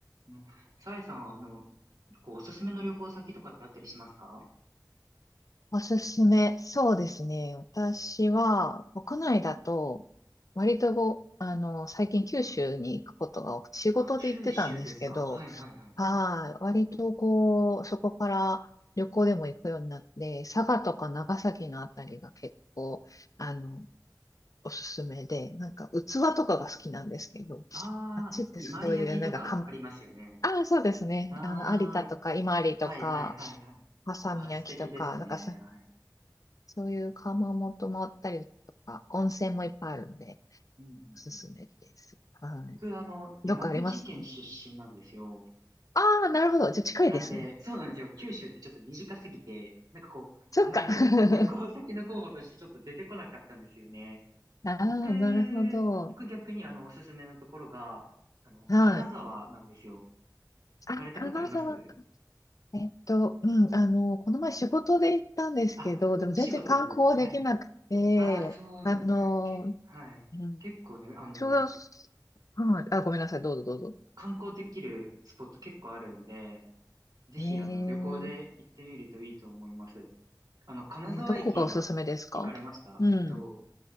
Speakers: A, on the right; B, on the left.
A: の、さえさん、あの、こう、おすすめの旅行先とかってあったりしますか
B: おすすめ。そうですね。私は、国内だと、割とご、あの、最近九州に行くことが多くて、仕事で行ってたんですけど、
A: あ、九州ですか。はいはいはい。
B: はい、割とこう、そこから旅行でも行くようになって、佐賀とか長崎のあたりが結構、あの、おすすめで、なんか器とかが好きなんですけど、
A: ああ、
B: あっちってそういう、
A: 伊万里焼とかありますよね。
B: なんかかん、ああ、そうですね。
A: ああ、
B: あの、有田とか、伊万里とか、
A: はいはいはいはい。
B: 波佐見焼とか、
A: あ、素敵ですね。
B: なんかそ
A: はい。
B: そういう窯元もあったりとか、温泉もいっぱいあるんで、
A: うんうんうん、
B: おすすめです。はい。
A: 僕、あの、山口県出身なんですよ。
B: どっかありますかああー、なるほど。じゃあ近いですね。
A: なんで、そうなんですよ。九州ってちょっと短すぎて、なんかこう、
B: そっか。
A: あまり旅、
B: <laughs>
A: 旅行先の候補としてちょっと出てこなかったんですよね。
B: ああ、
A: 僕、
B: なるほど。
A: 僕逆にあの、おすすめのところが、あの、
B: はい。
A: 金沢なんですよ。行かれたことあります
B: あ、金沢か。えっと、うん、あの、この前仕事で行ったんですけど、
A: あ、
B: でも全然観光できなくて、
A: お仕事でですかはいはい。ああ、そうなんだ。
B: あの、
A: け、
B: う
A: はい。
B: ん、
A: 結構ね、あの、
B: ちょうど、はい、あ、ごめんなさい、どうぞどうぞ。
A: 観光できるスポット結構あるんで、ぜひあの、
B: えー、
A: 旅行で行ってみるといいと思います。あの、金沢駅は行かれましたえっと、
B: えーどこがおすすめですかうん、